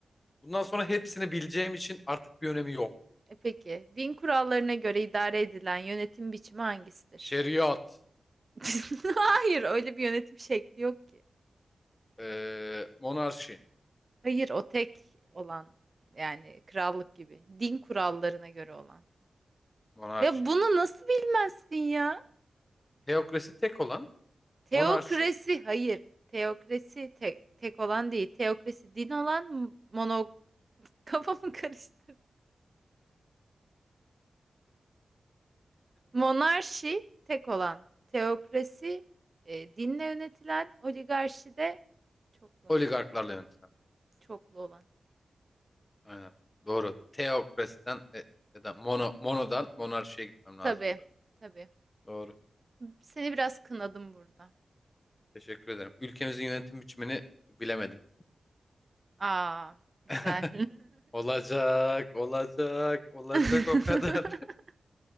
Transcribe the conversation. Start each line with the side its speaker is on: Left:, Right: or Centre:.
Left: Bundan sonra hepsini bileceğim için artık bir önemi yok.
Right: E peki, din kurallarına göre idare edilen yönetim biçimi hangisidir?
Left: Şeriat,
Right: <laughs> Hayır, öyle bir yönetim şekli yok ki.
Left: eee, monarşi,
Right: Hayır, o tek olan yani krallık gibi. Din kurallarına göre olan.
Left: Monarşi.
Right: Ve bunu nasıl bilmezsin ya?
Left: Teokrasi tek olan,
Right: Teokrasi,
Left: monarşi
Right: hayır. Teokrasi te- tek olan değil. Teokrasi din olan mono... <laughs> Kafamı karıştırdım. Monarşi tek olan. Teokrasi e, dinle yönetilen. Oligarşi de çoklu.
Left: oligarklarla yönetilen.
Right: Çoklu olan.
Left: Aynen. Doğru. Teokrasiden e, ya da mono, monodan monarşiye gitmem lazımdı.
Right: Tabii, tabii.
Left: Doğru.
Right: Seni biraz kınadım burada.
Left: Teşekkür ederim. Ülkemizin yönetim biçimini bilemedim.
Right: Aa, güzel.
Left: <laughs> Olacak, olacak, olacak
Right: <laughs>
Left: o kadar.